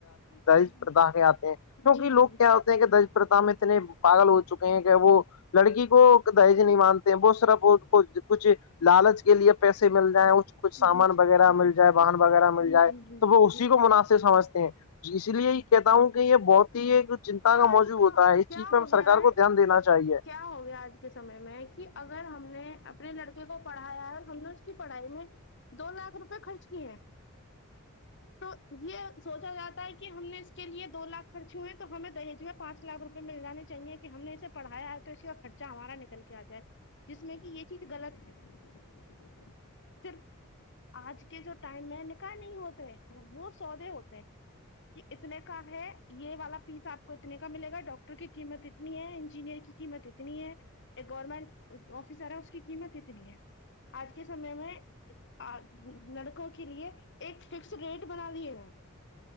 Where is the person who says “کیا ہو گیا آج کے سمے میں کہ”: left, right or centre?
Left